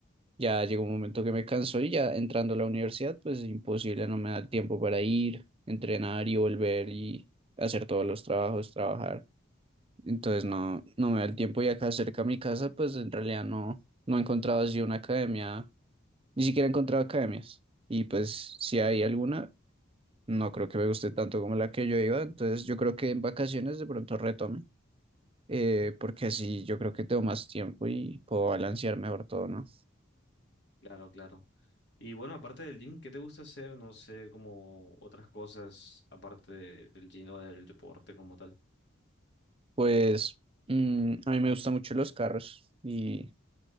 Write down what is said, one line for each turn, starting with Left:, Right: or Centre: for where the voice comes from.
Right: ya llegó un momento que me cansó y ya entrando a la universidad, pues imposible, no me da el tiempo para ir, entrenar y volver y hacer todos los trabajos, trabajar. Entonces, no, no me da el tiempo y acá cerca a mi casa, pues en realidad no, no he encontrado así una academia ni siquiera he encontrado academias. Y pues si hay alguna, no creo que me guste tanto como la que yo iba. Entonces yo creo que en vacaciones de pronto retome. eh, porque así yo creo que tengo más tiempo y puedo balancear mejor todo, ¿no?
Left: Claro, claro. Y bueno, aparte del gym, ¿qué te gusta hacer? No sé, como otras cosas aparte del gym o del deporte como tal.
Right: Pues mm, a mí me gustan mucho los carros y